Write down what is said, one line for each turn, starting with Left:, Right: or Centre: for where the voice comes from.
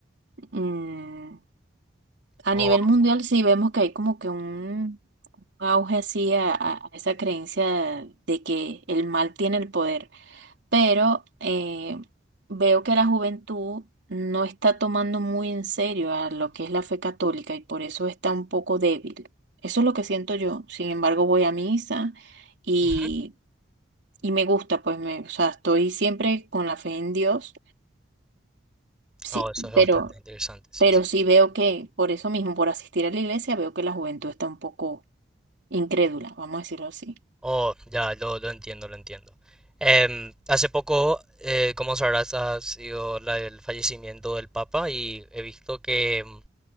Right: Mm, a
Centre: Oh,
Right: nivel mundial sí vemos que hay como que un auge así a, a- a esa creencia de que el mal tiene el poder, pero eh, veo que la juventud no está tomando muy en serio a lo que es la fe católica y por eso está un poco débil. Eso es lo que siento yo. Sin embargo, voy a misa. Y
Centre: ujú.
Right: y me gusta, pues me, o sea, estoy siempre con la fe en Dios, sí,
Centre: Oh, eso es bastante
Right: pero,
Centre: interesante, sí.
Right: pero
Centre: sí. sí.
Right: sí veo que por eso mismo, por asistir a la iglesia, veo que la juventud está un poco incrédula, vamos a decirlo así.
Centre: Oh, ya, lo, lo entiendo, lo entiendo. Em, hace poco, eh, como sabrás, ha sido la- el fallecimiento del Papa y he visto que mm,